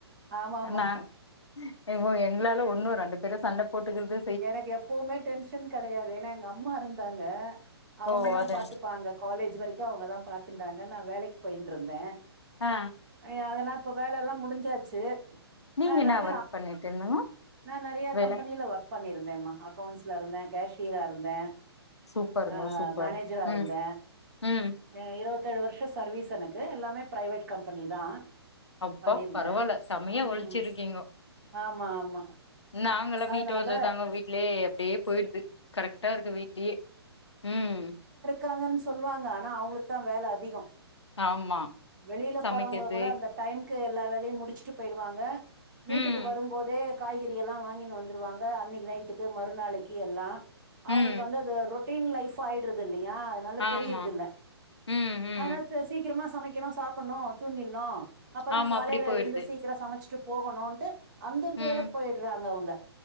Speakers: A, on the right; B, on the left.
A: ஆமா ஆமா
B: நா இப்போ எங்ளால ஒன்னு ரெண்டு பேரு சண்ட போட்டுக்றது
A: எனக்கு எப்பவுமே டென்ஷன் கெடையாது ஏனா எங்க அம்மா இருந்தாங்க அவுங்கதா
B: ஓ அது
A: பாத்துப்பாங்க காலேஜ் வரைக்கு அவுங்க தா பாத்துடாங்க நா வேலைக்கு போயின்ருந்த
B: ஆ
A: அ அதெல்லா இப்ப வேல எல்லா முடிஞ்சாச்சி
B: நீங்க
A: அதனால
B: என்ன ஒர்க் பண்ணிட்டு இருந்தீங்க
A: நா நெறைய
B: வேல
A: கம்பெனில ஒர்க் பண்ணியிருந்தேமா அக்கௌண்ட்ஸ்ல இருந்தே கேஷியரா இருந்தே
B: சூப்பருங்க
A: ஆ
B: சூப்பர்
A: மேனேஜரா இருந்த
B: ம் ம்
A: அ இருவத்தேழு வருஷோ சர்வீஸ் எனக்கு எல்லாமே பிரைவேட் கம்பெனி தா
B: அப்பா
A: பண்ணிருந்தே
B: பரவால செம்மையா
A: ம்
B: ஒழ்ச்சிருக்கீங்கோ
A: ஆமா ஆமா
B: நாங்க எல்லா
A: அதனால
B: வீட்டோட தாங்கோ வீட்லயே அப்டியே போய்டுது கரெக்ட்டா இருக்கு வீட்லயே ம்
A: காங்கன் சொல்வாங்க ஆனா அவுங்களுக்கு தா வேல அதிக
B: ஆமா
A: வெளியில
B: சமைக்கிறது
A: போறவங்க கூட அந்த டைம்க்கு எல்லா வேலையு முடிச்சிட்டு போய்டுவாங்க வீட்டுக்கு
B: ம்
A: வரும்போதே காய்கறியெல்லா வாங்கினு வந்துருவாங்க அன்னைக்கு நைட்டுக்கு மறு நாளைக்கு எல்லா அவுங்களுக்கு
B: ம்
A: வந்து அது ரொட் டின் லைப் ஆயிடுறது இல்லையா அதனால
B: ஆமா
A: தெரியிறது இல்ல
B: ம் ம்
A: ஆனா ச சீக்கிரமா சமைக்கனு சாப்புட்னு தூங்கின்னு அப்பதா
B: ஆமா
A: காலையில
B: அப்டி போயிடுது
A: எழுந்து சீக் கிரோ சமச்ட்டு போகனுன்ட்டு அந்த வேல
B: ம்
A: போய்ட்றாங்க அவுங்க